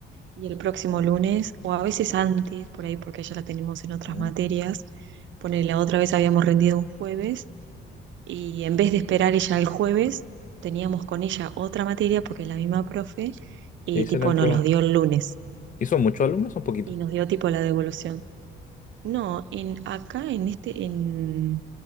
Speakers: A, on the right; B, on the left.
A: y el próximo lunes, o a veces antes, por ahí porque ya la tenemos en otras
B: Mm.
A: materias, ponele la otra vez habíamos rendido un jueves y en vez de esperar ella el jueves, teníamos con ella otra materia porque es la misma profe y
B: ¿qué hice
A: tipo
B: la entregó?
A: nos los dio el lunes
B: ¿Hizo muchos alumnos o poquitos?
A: y nos dio tipo la devolución. No, en acá en este, en,